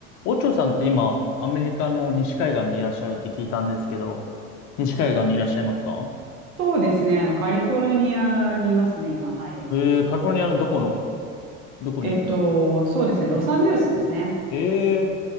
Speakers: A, on the left; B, on the right.
A: オチョさんって今、アメリカの西海岸にいらっしゃるって聞いたんですけど、西海岸にいらっしゃいますか
B: そうですね。あの、カリフォルニアにいますね、今。はい。
A: えー、カリフォルニアのどこの、どこに
B: えっと、そうですね。ロサンゼルスですね。
A: えー、